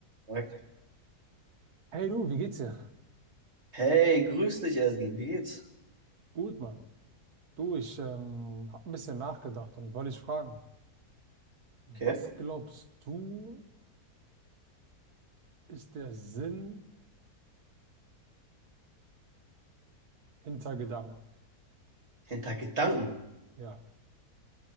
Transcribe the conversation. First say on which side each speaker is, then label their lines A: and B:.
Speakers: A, on the right; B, on the right.
A: Sagt,
B: Hey du, wie geht's dir?
A: hey, grüß dich, Ersin, wie geht's?
B: Gut, Mann. Du, ich ähm, habe ein bisschen nachgedacht und ich wollte dich fragen, was
A: Okay.
B: glaubst du, ist der Sinn hinter Gedanken?
A: Hinter Gedanken.
B: Ja.